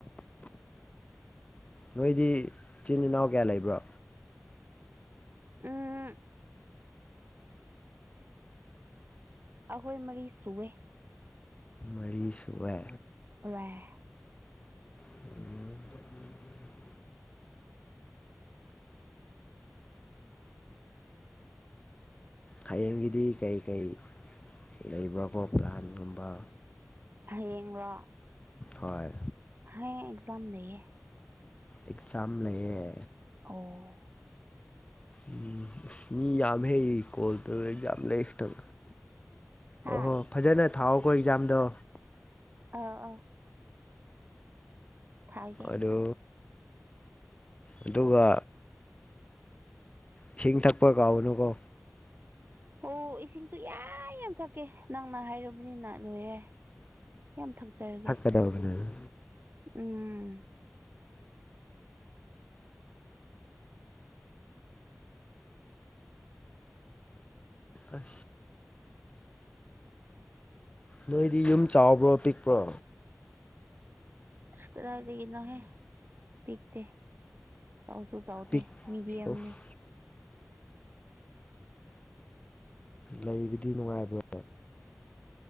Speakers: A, on the left; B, on the right.
A: ꯅꯣꯏꯗꯤ ꯏꯆꯤꯟ ꯏꯅꯥꯎ ꯀꯌꯥ ꯂꯩꯕ꯭ꯔꯣ
B: ꯎꯝ ꯑꯈꯣꯏ ꯃꯔꯤ ꯁꯨꯋꯦ
A: ꯃꯔꯤ ꯁꯨꯌꯦ
B: ꯑꯣ <unintelligible>
A: ꯎꯝ ꯍꯌꯦꯡꯒꯤꯗꯤ ꯀꯩ ꯀꯩ ꯂꯩꯕ꯭ꯔꯥ ꯀꯣ ꯄ꯭ꯂꯥꯟ ꯒꯨꯝꯕ
B: ꯍꯌꯦꯡ ꯔꯣ
A: ꯍꯣꯏ
B: ꯍꯌꯦꯡ ꯑꯦꯛꯖꯥꯝ ꯂꯩꯌꯦ
A: ꯑꯦꯛꯖꯥꯝ ꯂꯩꯌꯦ
B: ꯑꯣ
A: ꯎꯝ ꯃꯤ ꯌꯥꯝꯍꯩ ꯀꯣꯜ ꯇꯧꯔꯛꯏꯖꯦ ꯌꯥꯝ <unintelligible>
B: ꯍꯥ
A: ꯑꯣꯍꯣ ꯐꯖꯅ ꯊꯥꯑꯣꯀꯣ ꯑꯦꯛꯖꯥꯝꯗꯣ
B: ꯑꯩ ꯑꯧ ꯊꯥꯒꯦ
A: ꯑꯗꯣ ꯑꯗꯨꯒ ꯏꯁꯤꯡ ꯊꯛꯄ ꯀꯥꯎꯒꯅꯨꯀꯣ
B: ꯍꯣ ꯏꯁꯤꯡꯁꯨ ꯌꯥ ꯑꯩ ꯌꯥꯝ ꯊꯛꯀꯦ ꯅꯪꯅ ꯍꯥꯏꯔꯕꯅꯤꯅ ꯂꯣꯏꯔꯦ ꯌꯥꯝ ꯊꯛꯆꯔꯒꯦ
A: ꯍꯣꯠꯅꯧ ꯍꯣꯠꯅꯧ
B: ꯎꯝ
A: ꯑꯁ ꯅꯣꯏꯗꯤ ꯌꯨꯝ ꯆꯥꯎꯕ꯭ꯔꯣ ꯄꯤꯛꯄ꯭ꯔꯣ
B: ꯀꯔꯥꯏꯗꯒꯤ ꯅꯣꯍꯦ ꯄꯤꯛꯇꯦ ꯆꯥꯎꯁꯨ ꯆꯥꯎꯗꯦ
A: ꯄꯤꯛ
B: ꯃꯤꯗꯤ ꯌꯥꯝꯅꯦ
A: ꯑꯣꯐ ꯂꯩꯕꯗꯤ ꯅꯨꯡꯉꯥꯏꯕ꯭ꯔꯣ